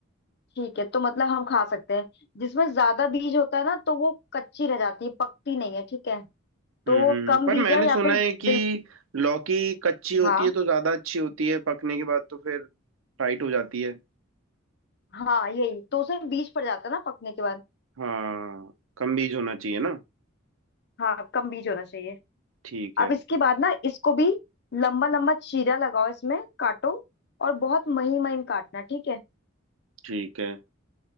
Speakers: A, on the left (about 55°); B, on the right (about 80°).
A: ठीक है तो मतलब हम खा सकते हैं जिसमें ज्यादा बीज होता है ना तो वो कच्ची रह जाती है पकती नहीं है ठीक है तो
B: हम्म हम्म।
A: कम
B: पर
A: बीजा
B: मैंने
A: या
B: सुना
A: फिर
B: है कि
A: बिल्कुल
B: लौकी कच्ची होती
A: हाँ
B: है तो ज्यादा अच्छी होती है पकने के बाद तो फिर टाइट हो जाती है
A: हाँ यही तो उसमें बीज पड़ जाता है ना पकने के बाद
B: हाँ कम बीज होना चाहिए ना
A: हाँ कम बीज होना चाहिए
B: ठीक है
A: अब इसके बाद ना इसको भी लंबा लंबा चीरा लगाओ इसमें काटो और बहुत महीन महीन काटना ठीक है
B: ठीक है